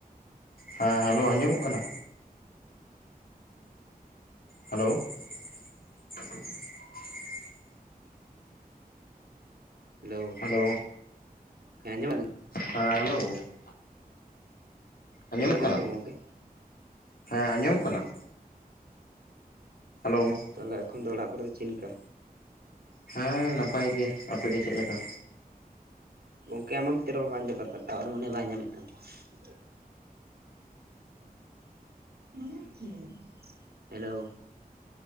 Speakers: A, on the left; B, on the right.
A: ᱦᱮᱸ, ᱦᱮᱞᱳ ᱟᱸᱡᱚᱢᱚᱜ ᱠᱟᱱᱟ? ᱦᱮᱹᱞᱳ ᱴᱷᱚᱲᱚᱝ-ᱩᱷ-ᱦᱚᱝ ᱾
B: ᱦᱮᱹᱞᱳ
A: ᱦᱮᱞᱳ
B: ᱦᱮᱸ ᱟᱸᱡᱚᱢᱮ
A: ᱦᱮᱸ ᱦᱮᱹᱞᱳ ᱾ ᱟᱸᱡᱚᱢᱚᱜ
B: ᱟᱸᱡᱚᱢ ᱧᱟᱢ
A: ᱠᱟᱱᱟ,
B: ᱫᱟᱢ ᱜᱚᱝᱠᱮ
A: ᱦᱮᱸ ᱟᱸᱡᱟᱢᱚᱜ ᱠᱟᱱᱟ? ᱦᱮᱞᱳ
B: ᱛᱟᱞᱦᱮ ᱮᱠᱷᱚᱱ ᱫᱚ ᱚᱲᱟᱜ ᱠᱚᱨᱮ ᱫᱚ ᱪᱮᱞᱠᱟ?
A: ᱦᱮᱸ, ᱱᱟᱯᱟᱭ ᱜᱮ ᱟᱯᱮ ᱜᱮ ᱪᱮᱫ ᱞᱮᱠᱟ?
B: ᱜᱚᱝᱠᱮ ᱟᱢᱟᱝ ᱦᱤᱛᱚᱜ ᱨᱚᱲ ᱵᱟᱝ ᱟᱸᱡᱚᱢᱚᱜ ᱠᱟᱱ ᱛᱟᱢᱟ ᱴᱟᱣᱟᱨ ᱢᱚᱱᱮ ᱵᱟᱭ ᱧᱟᱢᱮᱜ ᱛᱟᱢᱟ ᱾ ᱥᱩᱸ-ᱜ-ᱷᱟᱸ-ᱦ ᱾ ᱤᱧᱟᱪ ᱪᱮ, ᱦᱮᱞᱳ ᱾